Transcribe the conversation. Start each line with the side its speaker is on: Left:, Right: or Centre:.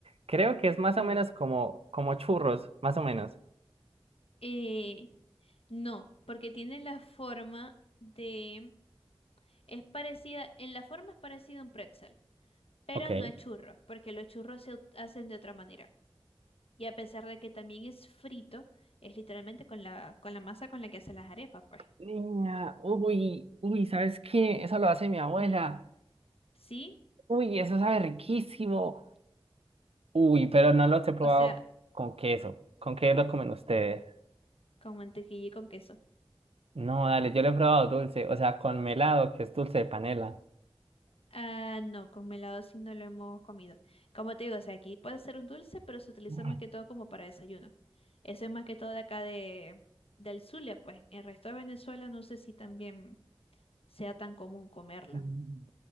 Right: Creo que es más
Left: A
Right: o menos
Left: ver.
Right: como, como churros, más o menos.
Left: Eh, no, porque tiene la forma de... Es parecida, en la forma es parecida a un pretzel, pero
Right: Ok.
Left: no es churro, porque los churros se ut- hacen de otra manera. Y a pesar de que también es frito, es literalmente con la, con la masa con la que hacen las arepas, pues.
Right: Niña, uy, uy, ¿sabes qué? Eso lo hace mi abuela.
Left: Sí. Sí,
Right: Uy, eso sabe riquísimo. Uy, pero no los he probado
Left: O sea,
Right: con queso. ¿Con qué los comen ustedes?
Left: con mantequilla y con queso.
Right: No, dale, yo lo he probado dulce, o sea, con melado, que es dulce de panela.
Left: Ah, no, con melado sí no lo hemos comido. Como te digo, o sea, aquí puede ser un dulce, pero se utiliza más
Right: Ay.
Left: que todo como para desayuno. Eso es más que todo de acá de, del Zulia, pues. El resto de Venezuela no sé si también sea tan común comerla.
Right: Mm,